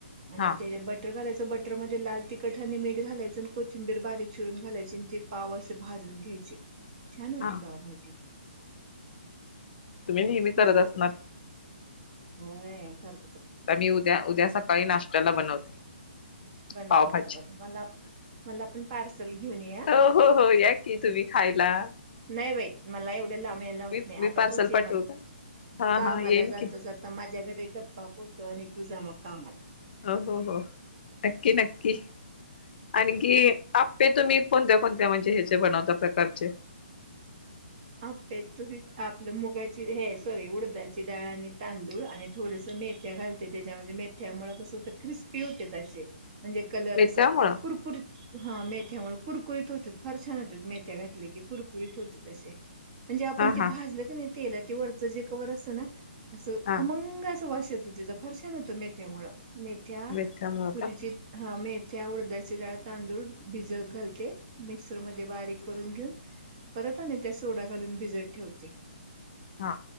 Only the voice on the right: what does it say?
आणि
त्या बट बटर घालायच बटरमध्ये लाल तिखट आणि मीठ घाला जायचं कोचिबीर बारीक चिरून घालायची ते पाव असे भाजून घ्यायचे. छान होती
पावभाजी.
मस्त
होते, होय तर
बनव
बनव बनव मला मला पण पार्सल घेऊन ये हा
नाही बाई मला एवढे लाब यायला होत
नाही, आता
तूच ये
मण
का
मला जात
जात आता माझ्या घरी डबा पोहोचव आणि तू जा मग कामला.
आप त आपलं मुगाची हे सॉरी उडदाची डाळ आणि तांदूळ आणि थोडस मेथ्या घालते त्याच्यामध्ये मेथ्यामुळे कसं होत क्रिस्पी होते असे म्हणजे कलर
असं कुरकुरीत हा मेथ्यामुळे कुरकुरीत होत्यात. फार छान होतात मेथ्या घातले की कुरकुरीत होते असे. म्हणजे आपण
ते
भाजलं की नाही तेला ते वरचं जे कवर असत ना. असं
खमंग अस वास येत हो तिचा फार छान होतं मेथ्यामुळ मेथ त्या
तुरीची
मेथ्या उडदाची डाळ तांदूळ भिजत घालते. मिक्सरमध्ये बारीक करून घेऊन, परत आणि त्या सोडा घालून भिजत ठेवते.